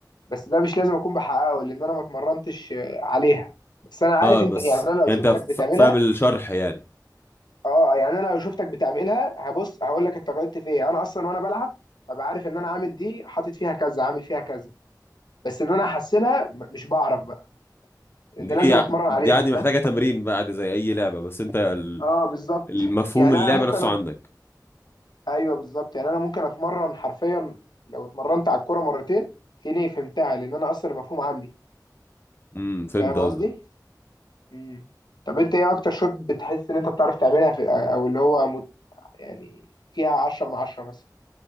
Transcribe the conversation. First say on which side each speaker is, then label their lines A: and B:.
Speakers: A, on the left; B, on the left.
A: بس ده مش لازم اكون بحققه لان انا ما اتمرنتش آه، عليها بس انا عارف
B: اه بس
A: انت يعني انا لو
B: يعني
A: شفتك
B: انت ف-
A: بتعملها
B: فاهم الشرح يعني
A: اه يعني انا لو شفتك بتعملها هبص هقول لك انت غلطت في ايه انا اصلا وانا بلعب ببقى عارف ان انا عامل دي حاطط فيها كذا عامل فيها كذا بس ان انا احسنها م- مش بعرف بقى لان
B: دي
A: لازم
B: ع-
A: اتمرن
B: دي
A: عليها
B: عادي
A: فاهم
B: محتاجة تمرين بقى عادي زي أي لعبة بس أنت ال-
A: اه بالظبط
B: المفهوم
A: يعني
B: اللعبة
A: انا ممكن
B: نفسه عندك
A: أ- ايوه بالظبط يعني انا ممكن اتمرن حرفيا لو اتمرنت على الكوره مرتين تلاقيني فهمتها لان انا اصلا المفهوم عندي
B: امم فهمت
A: فاهم
B: قصدك
A: قصدي امم طب انت ايه اكتر شوت بتحس ان انت بتعرف تعملها في او اللي هو مت... يعني فيها عشرة من عشرة مثلا